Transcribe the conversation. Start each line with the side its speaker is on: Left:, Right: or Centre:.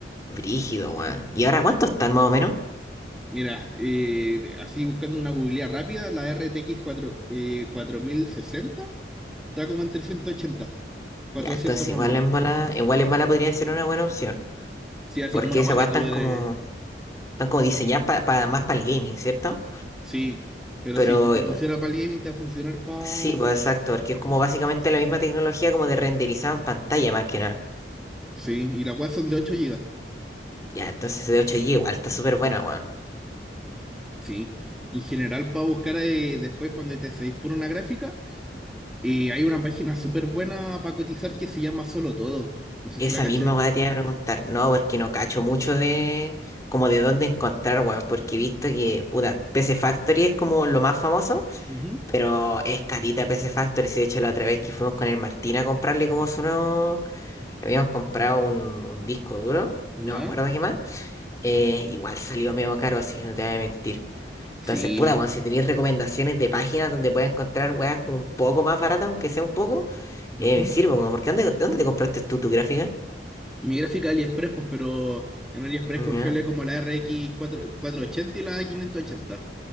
Left: Brígido, weón. ¿Y ahora cuánto están más o menos?
Centre: Mira, eh, así buscando una googlea rápida, la RTX cuatro eh, 4060 está como en trescientos ochenta 400
Left: Ya, entonces
Centre: más
Left: igual
Centre: o menos.
Left: en bala, igual en bala podría ser una buena opción,
Centre: Sí, así
Left: porque
Centre: como una
Left: esas
Centre: weá
Left: weas
Centre: que te
Left: están
Centre: dure.
Left: como, están como diseñadas pa- pa- más para el gaming, ¿cierto?
Centre: Sí, pero
Left: Pero
Centre: si te
Left: eh,
Centre: funciona para el gaming, te va a funcionar para.
Left: sí, pues exacto, porque es como básicamente la misma tecnología como de renderizado en pantalla más que nada.
Centre: Sí, y las weas son de ocho gigas
Left: Ya, entonces de 8G igual está súper buena, weón.
Centre: Sí, en general, para buscar eh, después cuando te seguís por una gráfica. Y hay una página súper buena para cotizar que se llama Solo Todo. No sé
Left: Esa
Centre: si la cacháis.
Left: misma wea te iba a preguntar, no, porque no cacho mucho de como de dónde encontrar, weón, porque he visto que, puta, PC Factory es como lo más famoso,
Centre: Ujú,
Left: pero es carita PC Factory, si de hecho la otra vez que fuimos con el Martín a comprarle como su nuevo Habíamos comprado un, un disco duro, y
Centre: ¿Ya?
Left: no me acuerdo qué más. eh, igual salió medio caro así, no te voy a mentir. Entonces,
Centre: Sí.
Left: puta, bueno, si tenéis recomendaciones de páginas donde puedas encontrar weas como un poco más baratas, aunque sea un poco, eh,
Centre: ujú.
Left: me sirvo, como, porque ¿dónde, dónde te compraste tú tu gráfica?
Centre: Mi gráfica de AliExpress, pues, pero en AliExpress
Left: Ya.
Centre: confiable como la R X cuatro 4- ochenta y la quinientos ochenta